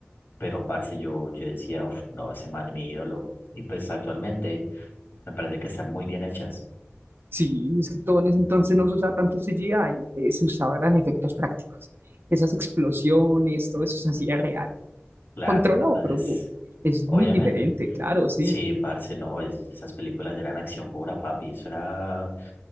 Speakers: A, on the left (about 60°); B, on the right (about 60°).
A: pero parce, yo, yo decía, uff, no, ese man es mi ídolo, y pues actualmente me parece que están muy bien hechas,
B: Sí, es que todo en ese entonces no se usaba tanto CGI, eh, se usaban efectos prácticos. Esas explosiones, todo eso se hacía real,
A: claro,
B: controlado,
A: entonces,
B: pero uh, es
A: obviamente,
B: muy diferente, claro, sí.
A: sí, parce, no, es- esas películas eran acción pura, papi, eso era,